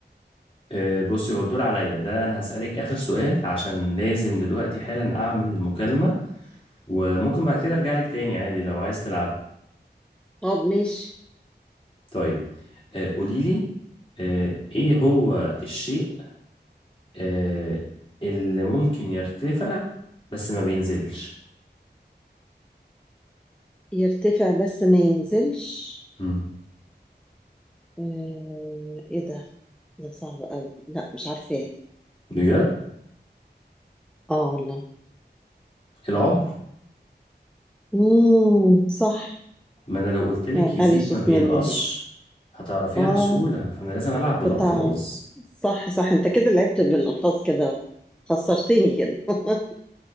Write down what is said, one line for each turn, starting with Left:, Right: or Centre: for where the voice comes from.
Left: آه، بصي هو الدور عليا ده انا هسألك آخر سؤال عشان لازم دلوقتي حالا اعمل مكالمة وممكن بعد كده ارجع لك تاني عادي لو عايز تلعب
Centre: طب ماشي
Left: طيب آه، قولي لي آه، ايه هو الشيء آه، اللي ممكن يرتفع بس ما بينزلش
Centre: يرتفع بس ما ينزلش
Left: مم.
Centre: آه، ايه ده ده صعب قوي لا مش عارفه
Left: بجد
Centre: اه والله
Left: العمر
Centre: امم صح
Left: ما انا لو قلتلك
Centre: آه،
Left: يزيد
Centre: قلشت
Left: ما بينقصش
Centre: مني دي
Left: هتعرفيها
Centre: اه
Left: بسهولة فانا لازم العب بالالفاظ
Centre: كنت اعرف
Left: <laughs>
Centre: صح صح انت كده لعبت بالالفاظ كده خسرتني كده <laughs>